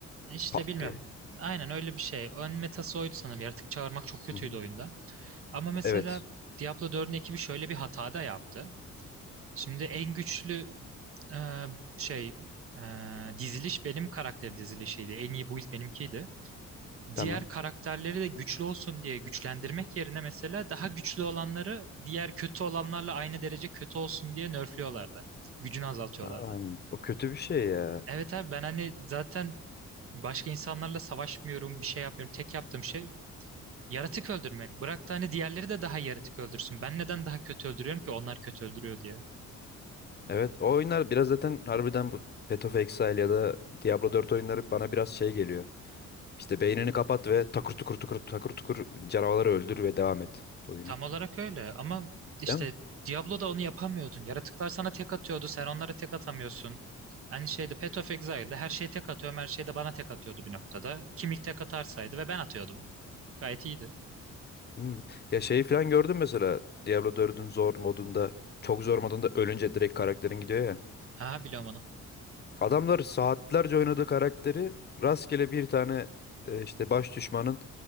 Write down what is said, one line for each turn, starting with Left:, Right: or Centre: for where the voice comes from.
Right: İşte
Left: Pat
Right: bilmiyorum.
Left: diye.
Right: Aynen öyle bir şey. Ön metası oydu sanırım. Yaratık çağırmak çok kötüydü
Left: Hı hı.
Right: oyunda. Ama mesela
Left: Evet.
Right: Diablo 4'ün ekibi şöyle bir hata da yaptı. Şimdi en güçlü e, şey e, diziliş benim karakter dizilişiydi. En iyi build benimkiydi. diğer
Left: Tamam.
Right: karakterleri de güçlü olsun diye güçlendirmek yerine mesela daha güçlü olanları diğer kötü olanlarla aynı derece kötü olsun diye nerfliyorlardı. Gücünü azaltıyorlardı.
Left: Aa, o kötü bir şey ya.
Right: Evet abi ben hani zaten başka insanlarla savaşmıyorum, bir şey yapmıyorum. Tek yaptığım şey yaratık öldürmek. Bırak da hani diğerleri de daha yaratık öldürsün. Ben neden daha kötü öldürüyorum ki onlar kötü öldürüyor diye.
Left: Evet o oyunlar biraz zaten harbiden bu Path of Exile ya da Diablo 4 oyunları bana biraz şey geliyor. İşte beynini kapat ve takır tukur tukur takır tukur canavarları öldür ve devam et oyunu.
Right: Tam olarak öyle ama işte
Left: Değil mi?
Right: Diablo'da onu yapamıyordun. Yaratıklar sana tek atıyordu, sen onlara tek atamıyorsun. Aynı şeyde Path of Exile'de her şeye tek atıyorum, her şey de bana tek atıyordu bir noktada. Kim ilk tek atarsaydı ve ben atıyordum. Gayet iyiydi.
Left: Hmm. Ya şeyi falan gördün mesela Diablo 4'ün zor modunda çok zor modunda ölünce direkt karakterin gidiyor ya.
Right: Ha biliyorum onu.
Left: Adamlar saatlerce oynadığı karakteri rastgele bir tane e, işte baş düşmanın